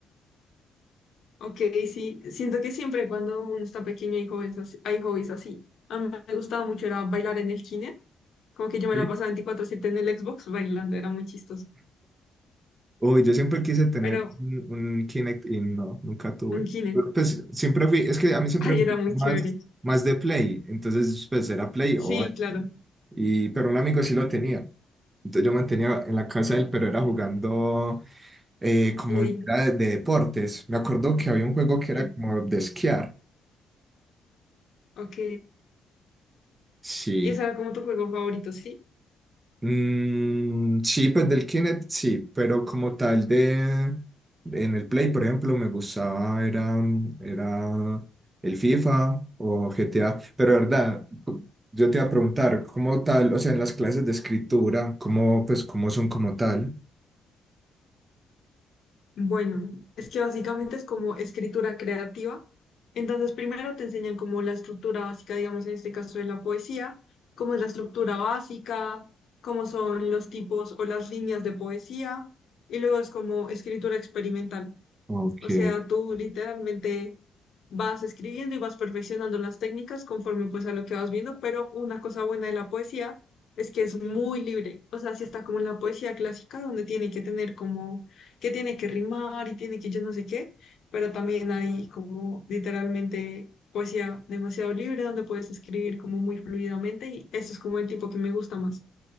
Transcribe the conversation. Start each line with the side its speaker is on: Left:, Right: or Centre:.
Left: Ok, sí, siento que siempre cuando uno está pequeño hay hobbies así. Hay hobbies así. A mí me gustaba mucho era bailar en el kine, como que yo me
Right: ¿Sí?
Left: la pasaba veinticuatro siete en el Xbox bailando, era muy chistoso.
Right: Uy, yo siempre quise tener
Left: Pero
Right: un, un Kinect y no, nunca tuve.
Left: un kine,
Right: Pero, Pues siempre fui, es que
Left: <laughs>
Right: a mí siempre
Left: ay,
Right: me
Left: era
Right: gustó
Left: muy
Right: más,
Left: chévere.
Right: más de Play, entonces pues era Play
Left: Sí,
Right: o
Left: claro,
Right: Y, pero un amigo sí lo tenía. Entonces yo mantenía en la casa de él, pero era jugando eh, como
Left: Play,
Right: era de, de deportes. Me acuerdo que había un juego que
Left: sí,
Right: era como de esquiar.
Left: ok.
Right: Sí.
Left: Y ese era como tu juego favorito, ¿sí?
Right: Mm, sí, pues del Kinect, sí, pero como tal de... En el Play, por ejemplo, me gustaba, era, era el FIFA o GTA, pero de verdad, yo te iba a preguntar, ¿cómo tal? O sea, en las clases de escritura, ¿cómo, pues, cómo son como tal?
Left: Bueno, es que básicamente es como escritura creativa. Entonces, primero te enseñan como la estructura básica, digamos, en este caso de la poesía, cómo es la estructura básica, cómo son los tipos o las líneas de poesía, y luego es como escritura experimental.
Right: Ok.
Left: O sea, tú literalmente vas escribiendo y vas perfeccionando las técnicas conforme pues a lo que vas viendo, pero una cosa buena de la poesía es que es muy libre, o sea, si está como en la poesía clásica donde tiene que tener como que tiene que rimar y tiene que yo no sé qué, pero también hay como literalmente poesía demasiado libre donde puedes escribir como muy fluidamente y eso es como el tipo que me gusta más.